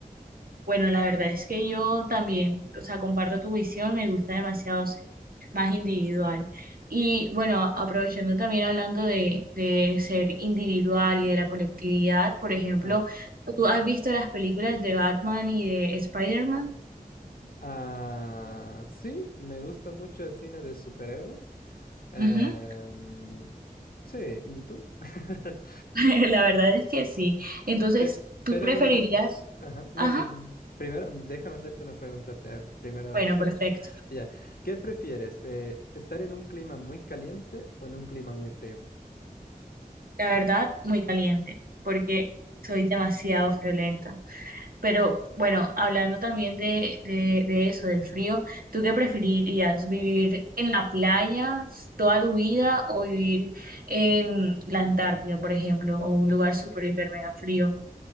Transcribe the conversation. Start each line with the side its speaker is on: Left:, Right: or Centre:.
Right: Bueno, la verdad es que yo también, o sea, comparto tu visión, me gusta demasiado ser más individual. Y bueno, a- aprovechando también hablando de, de ser individual y de la colectividad, por ejemplo,
Left: Ajá.
Right: ¿tú has visto las películas de Batman y de Spider-Man?
Left: Ah, sí, me gusta mucho el cine de superhéroes. Em,
Right: Ujú,
Left: sí, ¿y tú? <laughs>
Right: <laughs> La verdad es que sí. Entonces,
Left: Pe-
Right: ¿tú
Left: pero
Right: preferirías?
Left: no, no, es- ajá, no,
Right: Ajá,
Left: no, primero, déjame hacerte una pregunta. te- Primero,
Right: bueno,
Left: <laughs>
Right: perfecto.
Left: ya, ¿Qué prefieres? eh, ¿estar en un clima muy caliente o en un clima muy frío?
Right: La verdad, muy caliente, porque soy demasiado friolenta. Pero bueno, hablando también de, de, de eso, del frío, ¿tú qué preferirías? ¿Vivir en la playa toda tu vida o vivir en la Antártida, por ejemplo, o un lugar súper, hiper, mega frío?